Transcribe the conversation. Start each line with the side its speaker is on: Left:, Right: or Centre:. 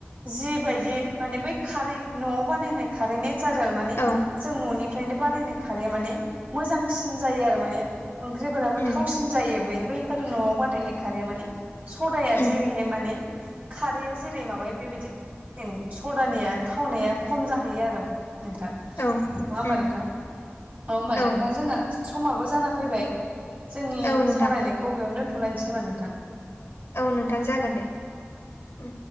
Right: जिबायदि माने बै खारै न'आव बानायनाय खारै ने सारेल माने
Left: औ
Right: जों ननिफ्रायनो बानायनाय खारैया माने मोजांसिन जायो आरो माने ओंख्रिफोराबो
Left: उम
Right: थावसिन जायो बै बैफोर न'आव बानायनाय खाराया माने सदाया
Left: उम
Right: जेरै हाय माने खारैआ जेरै माबायो बेबायदि सदानिया थावनाया खम जाहैयो आरो नोंथां नंङा
Left: औ
Right: होमबा
Left: उम
Right: नोंथां? नंङा होनबा नोंथां?
Left: औ
Right: जोंना समाबो जाना फैबाय जोंनि
Left: औ नोंथां
Right: सावरायनाय बबेयाव दोनथलायनोखोमा नोंथां।
Left: औ नोंथां जागोन दे। उम